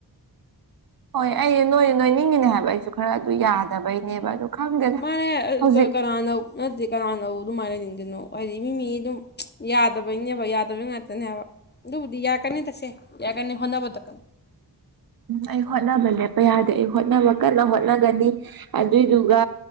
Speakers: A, on the right; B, on the left.
A: ꯍꯣꯏ ꯑꯩ ꯅꯣꯏ ꯅꯣꯏꯅꯤꯡꯉꯤꯅꯦ ꯍꯥꯏꯕ ꯑꯩꯁꯨ ꯈꯔ ꯑꯗꯨ ꯌꯥꯗꯕꯩꯅꯦꯕ ꯑꯗꯨ ꯈꯪꯗꯦꯗ
B: ꯃꯥꯅꯦ
A: ꯍꯧꯖꯤꯛ
B: ꯀꯅꯥꯅ ꯅꯠꯇꯦ ꯀꯅꯥꯅ ꯑꯗꯨꯃꯥꯏꯅ ꯗꯨꯅꯣ ꯍꯥꯏꯗꯤ ꯃꯤ ꯃꯤ ꯑꯗꯨꯝ ꯌꯥꯗꯕꯩꯅꯦꯕ ꯌꯥꯗꯕꯩ ꯉꯥꯇꯅꯦꯕ ꯑꯗꯨꯕꯨꯗꯤ ꯌꯥꯔꯛꯀꯅꯤꯗ ꯁꯦ ꯌꯥꯔꯛꯀꯅꯤ ꯍꯣꯠꯅꯕꯗ
A: ꯎꯝ ꯑꯩ ꯍꯣꯠꯅꯕ ꯂꯦꯞꯄ ꯌꯥꯗ ꯑꯩ ꯍꯣꯠꯅꯕ ꯀꯜꯂ ꯍꯣꯠꯂꯒꯅꯤ ꯑꯗꯨꯏꯗꯨꯒ